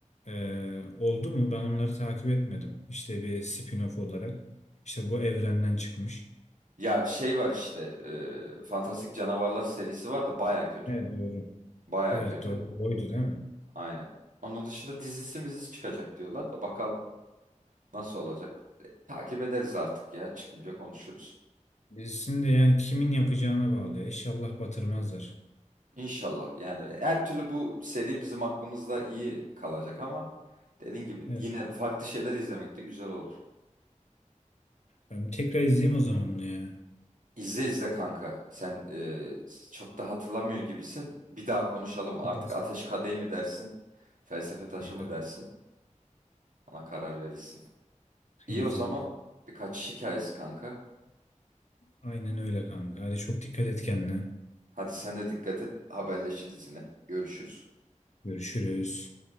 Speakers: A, on the left; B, on the right.
A: e, oldu mu? Ben onları takip etmedim. İşte bir spin-off olarak. İşte bu evrenden çıkmış.
B: Ya şey var işte e, Fantastik Canavarlar serisi var da baya kötü.
A: Evet doğru.
B: Baya
A: Evet
B: kötü.
A: doğru. Oydu değil mi?
B: Aynen. Onun dışında dizisi mizisi çıkacak diyorlar da bakalım nasıl olacak. Takip ederiz artık ya. Çıkınca konuşuruz.
A: Dizisini de yani kimin yapacağına bağlı ya. İnşallah batırmazlar.
B: İnşallah. Yani her türlü bu seri bizim aklımızda iyi kalacak ama dediğin gibi
A: Evet.
B: yine farklı şeyler izlemek de güzel olur.
A: Ben tekrar izleyeyim o zaman bunu ya.
B: İzle izle kanka. Sen e, çok da hatırlamıyor gibisin. Bir daha konuşalım. Artık
A: Evet.
B: ateş kadehi mi dersin? Felsefe taşı
A: Kanka.
B: mı dersin? Ona karar verirsin. İyi
A: İyi
B: o zaman
A: tamam.
B: birkaç hikayesi kanka.
A: Aynen öyle kanka. Hadi çok dikkat et kendine.
B: Hadi sen de dikkat et. Haberleşiriz yine. Görüşürüz.
A: Görüşürüz.